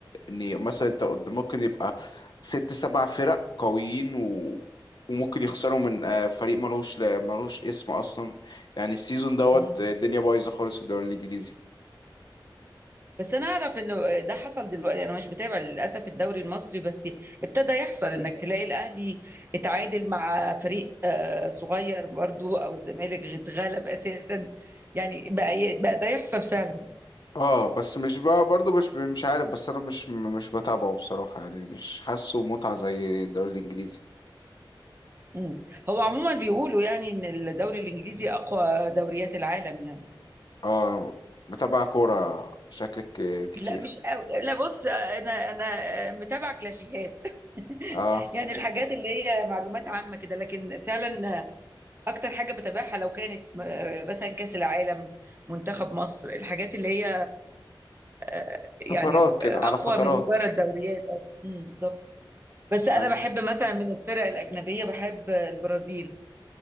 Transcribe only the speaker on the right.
مم.
بس انا اعرف انه ده حصل دلوقتي انا مش بتابع للاسف الدوري المصري بس ابتدى يحصل انك تلاقي الاهلي اتعادل مع فريق آه، صغير برضو او الزمالك اتغلب اساسا يعني بقى ي- بقى ده يحصل فعلا
مم. هو عموما بيقولوا يعني ان الدوري الانجليزي اقوى دوريات العالم يعني
لا مش قوي لا بص انا انا متابعه كلاشيهات
<laughs> يعني الحاجات اللي هي معلومات عامه كده لكن فعلا اكتر حاجه بتابعها لو كانت آه، مثلا كاس العالم منتخب مصر الحاجات اللي هي آه، يعني
اقوى
من مجرد دوريات امم بالظبط بس انا
بحب مثلا من الفرق الاجنبيه بحب البرازيل